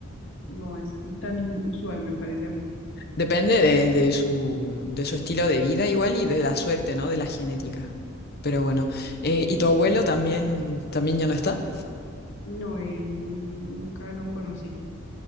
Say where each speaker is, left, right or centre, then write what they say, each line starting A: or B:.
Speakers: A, on the left (about 65°); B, on the left (about 50°).
A: no es tan usual, me parece a mí.
B: Depende de, de su, de su estilo de vida igual y de la suerte, ¿no? De la genética. Pero bueno. Eh, ¿y tu abuelo también, también ya no está?
A: No, él nunca lo conocí,